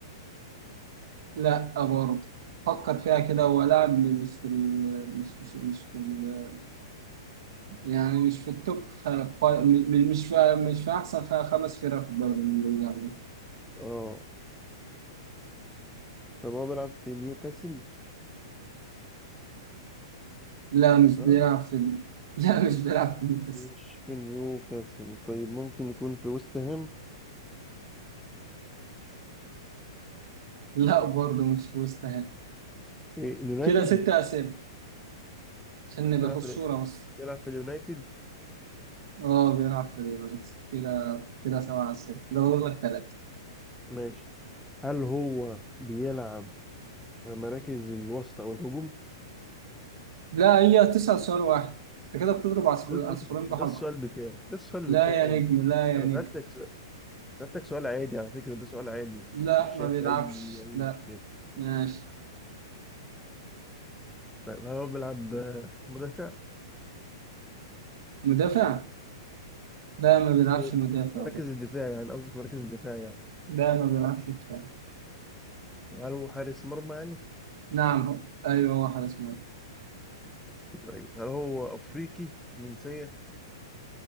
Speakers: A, on the right; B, in the centre.
A: لا آه، برضه فكر فيها كده هو لاعب مش في ال... مش مش مش في ال... يعني مش في التوب خ... ف... م- مش في مش في احسن خ... خمس فرق في الدوري الانجليزي عامة.
B: اه طب هو بيلعب في نيوكاسل
A: لا مش
B: اه
A: بيلعب في ال... <laughs> لا مش بيلعب في نيوكاسل
B: مش في نيوكاسل طيب ممكن يكون في ويست هام
A: لا برضه مش في وست هام
B: إيه، اليونايتد
A: كده ست اسئله عشان نبقى
B: بيلعب
A: في الصوره
B: في ال-
A: بس
B: بيلعب في اليونايتد
A: اه بيلعب في اليونايتد كده كده سبعة أسئلة كده فاضل لك ثلاثة
B: ماشي هل هو بيلعب في مراكز الوسط او الهجوم
A: لا هي تسأل سؤال واحد انت كده بتضرب عصف-
B: ده,
A: عصفورين
B: ده,
A: بحجر
B: ده السؤال بتاعي ده السؤال
A: لا
B: بتاعي
A: يا نجم لا يا
B: انا
A: نجم
B: سألتك س- سألتك سؤال عادي على فكرة ده سؤال عادي
A: لا
B: مش
A: ما
B: شايف
A: بيلعبش
B: اي اي
A: لا
B: مشكلة
A: ماشي
B: طيب هل هو بيلعب آه، مدافع
A: مدافع لا ما بيلعبش
B: إيه،
A: مدافع
B: مراكز
A: ده
B: الدفاع يعني قصدي في مراكز الدفاع يعني
A: لا ما بيلعبش مدافع
B: طب هل هو حارس مرمى يعني
A: نعم هو ايوه هو حارس مرمى
B: طيب هل هو افريقي جنسية